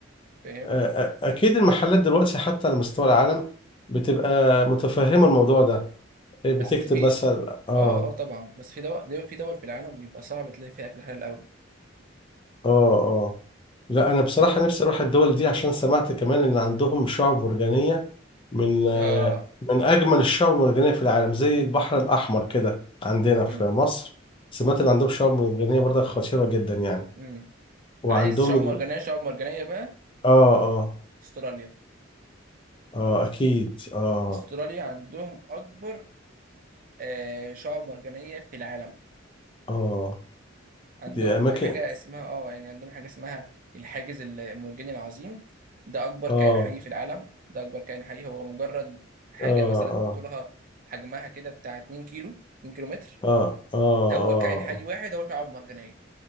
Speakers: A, on the right (about 45°); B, on the left (about 25°).
A: فاهم
B: أ- أ- اكيد المحلات دلوقتي حتى على مستوى العالم بتبقى متفهمة الموضوع ده إيه، بتكتب
A: بس في
B: مثلا اه
A: اه اه طبعا بس في دول دو... في دول في العالم بيبقى صعب تلاقي فيها اكل حلال قوي
B: اه اه لا انا بصراحه
A: طب
B: نفسي اروح الدول دي عشان سمعت كمان ان عندهم شعب مرجانيه من آه،
A: اه
B: من اجمل الشعب المرجانيه في العالم زي البحر الاحمر كده عندنا
A: امم
B: في مصر سمعت ان عندهم شعب مرجانيه برضه خطيره جدا يعني
A: امم
B: وعندهم
A: عايز شعاب
B: ال...
A: مرجانية شعاب مرجانية بقى
B: اه اه
A: استراليا
B: اه اكيد اه
A: استراليا عندهم اكبر آه شعاب مرجانية في العالم
B: اه
A: عندهم
B: دي اماكن
A: حاجة اسمها اه يعني عندهم حاجة اسمها الحاجز المرجاني العظيم ده أكبر
B: اه
A: كائن حي في العالم ده أكبر كائن حي هو مجرد حاجة
B: اه
A: مثلا
B: اه
A: طولها حجمها كده بتاع 2 كيلو 2 كيلو متر
B: اه اه
A: ده هو
B: اه
A: كائن حي واحد هو شعاب مرجانية